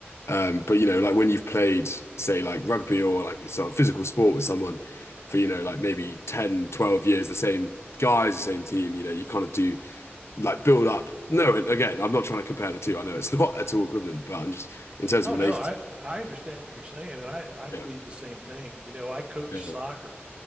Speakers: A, on the left; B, on the right.
A: Um, but you know, like when you've played, say, like rugby or like sort of physical sport with someone for, you know, like maybe 10, 12 years, the same guys, the same team, you know, you kind of do like build up. No, and again, I'm not trying to compare the two. I know it's <laughs> not at all equivalent, but I'm just in terms
B: Oh
A: of relating.
B: no, I I understand what you're saying, and I I believe
A: Yeah,
B: the same thing. You know, I coach
A: yeah.
B: soccer,